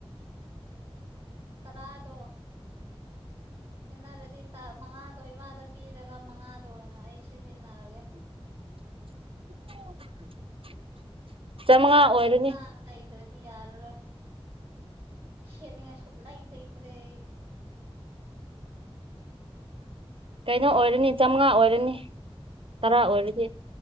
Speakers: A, on the right; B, on the right.
A: ꯇꯔꯥꯗꯣ ꯈꯦꯟꯅꯔꯗꯤ ꯃꯉꯥꯗꯣ ꯏꯃꯥꯗ ꯄꯤꯔꯒ ꯃꯉꯥꯗꯣ ꯑꯣꯏꯅ ꯑꯩ ꯁꯤꯖꯤꯟꯅꯔꯒꯦ
B: <unintelligible> ꯆꯥꯃꯉꯥ
A: ꯐꯤꯔꯣꯜ
B: ꯑꯣꯏꯔꯅꯤ
A: ꯆꯞ ꯆꯥꯅ ꯂꯩꯩꯗ꯭ꯔꯗꯤ ꯌꯥꯔꯔꯣꯏ ꯁꯦꯠꯅꯤꯡꯉꯥꯏ ꯁꯨꯛꯂꯩ ꯂꯩꯗ꯭ꯔꯦ ꯑꯩ
B: ꯀꯩꯅꯣ ꯑꯣꯏꯔꯅꯤ ꯆꯥꯝꯃꯉꯥ ꯑꯣꯏꯔꯅꯤ ꯇꯔꯥ ꯑꯣꯏꯔꯗꯤ